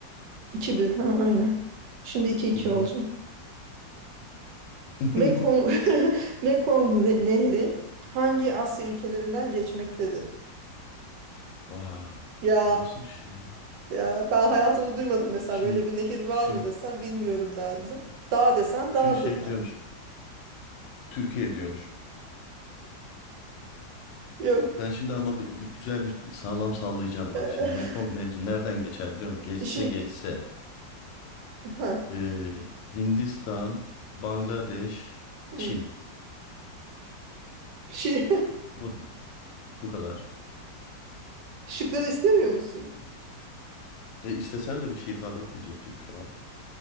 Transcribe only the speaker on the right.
iki bir Ha, aynen. Şimdi iki iki
olacak.
Mekong, <laughs> Mekong ne- Nehri hangi Asya ülkelerinden geçmektedir?
Ya
ya ben hayatımda duymadım mesela
böyle bir nehir var
mı desen bilmiyorum derdim. Dağ desen dağdır
da.
Yok.
eee,
işin
ha.
hı.
Şey,
<laughs> şıkları istemiyor musun?